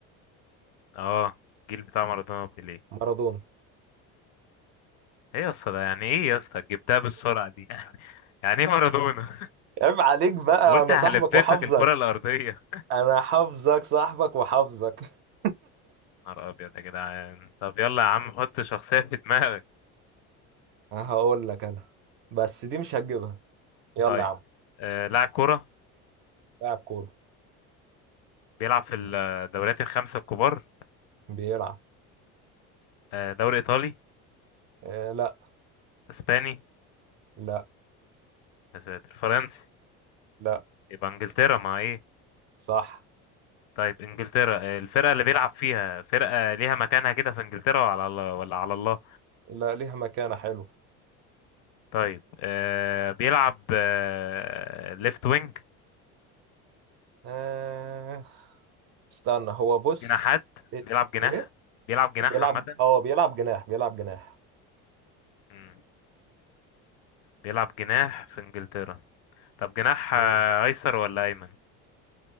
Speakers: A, on the left; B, on the right.
A: اه الجيل بتاع مارادونا وبيليه
B: مارادونا
A: ايه يا اسطى ده يعني ايه يا اسطى جبتها بالسرعة دي يعني ايه مارادونا
B: عيب عليك بقى
A: <laughs> قلت
B: أنا
A: هلففك
B: صاحبك وحافظك
A: الكرة الأرضية
B: أنا حافظك صاحبك وحافظك <laughs>
A: نهار ابيض يا جدعان طب يلا يا عم حط شخصية في دماغك
B: هقول لك أنا بس دي مش هتجيبها يلا
A: طيب
B: يا عم
A: آه لاعب كرة
B: لاعب كورة
A: بيلعب في الدوريات الخمسة الكبار
B: بيلعب
A: آه دوري إيطالي
B: آه، لا
A: إسباني
B: لا
A: يا ساتر فرنسي
B: لا
A: يبقى إنجلترا ما إيه
B: صح
A: طيب إنجلترا آه الفرقة اللي بيلعب فيها فرقة ليها مكانها كده في إنجلترا وعلى الله ولا على الله
B: لا ليها مكانة حلوة
A: طيب آه بيلعب آه ليفت وينج
B: آه... استنى هو بص
A: جناحات
B: ايه
A: بيلعب جناح
B: إيه؟
A: بيلعب جناح
B: بيلعب
A: عامة
B: اه بيلعب جناح بيلعب جناح
A: مم، بيلعب جناح في إنجلترا طب جناح آه،
B: مم.
A: أيسر ولا أيمن